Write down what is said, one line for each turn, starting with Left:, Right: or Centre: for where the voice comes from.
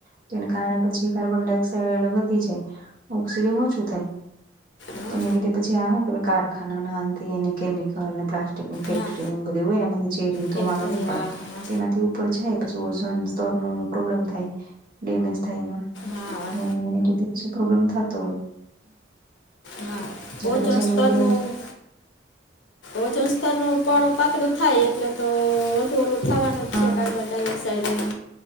Right: તો એને કારણે પછી કાર્બન ડાયોક્સાઈડ વધી જાય. ઓક્સિજન ઓછું થાય
Left: હા
Right: એને લીધે પછી આ હું કે કારખાનાનાને કેમિકલને પ્લાસ્ટિક ફેક્ટરીઓ
Left: હા
Right: બધી હોયને એમાથી ઝેરી ન
Left: ફેક્ટરી
Right: ધુમાડો નીકળે
Left: હા હા
Right: તેમાંથી ઉ ઉપર જાય પછી ઓઝન સ્તરનું પ્રોબ્લેમ થાય ડેમેજ થાય એમાં.
Left: હા
Right: તો હું ને કેતી પછી પ્રોબ્લેમ થાતો હોય.
Left: હા
Right: એટલે
Left: ઓઝોન
Right: પછી એને
Left: સ્તરનું
Right: લીધે
Left: વજન સ્તરનું પડ પાતળું થાય એટલે તો વધુ ઓલું થવાનું
Right: હા
Left: જ છે કાર્બન ડાયોક્સાઈડ થાય